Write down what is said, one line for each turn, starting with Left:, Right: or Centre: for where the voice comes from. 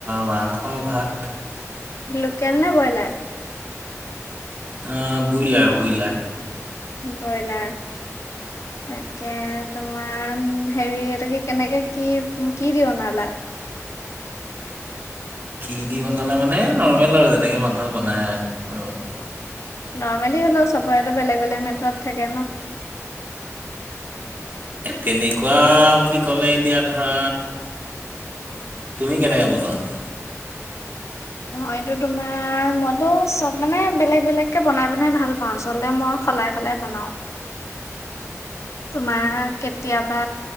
Right: মাংস ভাত।
Left: লোকেল নে ব্ৰইলাৰ?
Right: আহ বুইলাৰ বুইলাৰ।
Left: ব্ৰইলাৰ। তাকে তোমাৰ হেৰি এটো কি কেনেকে কি কি দি বনালা?
Right: কি দি বনালে মানে নৰ্মেল আৰু যেনেকে মানুহে বনায় আৰু আৰু।
Left: নৰ্মেলি হলেও চবৰেটো বেলেগ বেলেগ মেথত থাকে ন
Right: এ তেনেকুৱা বুলি কলে এতিয়া ধৰা তুমি কেনেকে বনোৱানো
Left: মই এইটো তোমাৰ মইতো চব মানে বেলেগ বেলেগকে বনাই বনাই ভাল পাওঁ আচলতে মই সলাই সলাই বনাও তোমাৰ কেতিয়াবা